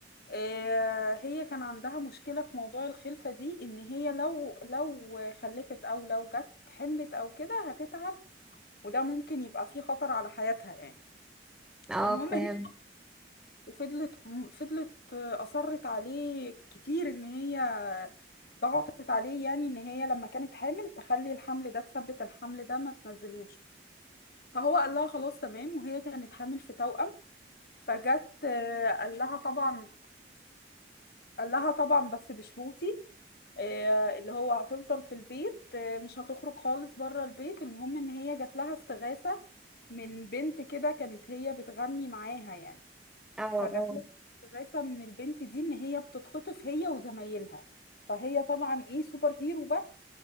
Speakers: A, on the left; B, in the centre.
A: آه، هي كان عندها مشكلة في موضوع الخلفة دي إن هي لو لو خلفت أو لو جت حملت أو كده هتتعب وده ممكن يبقى فيه خطر على حياتها يعني
B: اه
A: المهم
B: فاهم
A: هي وفضلت فضلت أصرت عليه كتير إن هي ضغطت عليه يعني إن هي لما كانت حامل تخلي الحمل ده تثبت الحمل ده ما تنزلوش فهو قال لها خلاص تمام وهي كانت حامل في توأم فجت آه، قال لها طبعا قال لها طبعا بس بشروطي آه، اللي هو هتفضل في البيت آه، مش هتخرج خالص بره البيت المهم إن هي جات لها استغاثة من بنت كده كانت هي بتغني معاها يعني
B: اه
A: فجات
B: اه
A: لها استغاثة من البنت دي ان هي بتتخطف هي وزمايلها فهي طبعا ايه سوبر هيرو بقى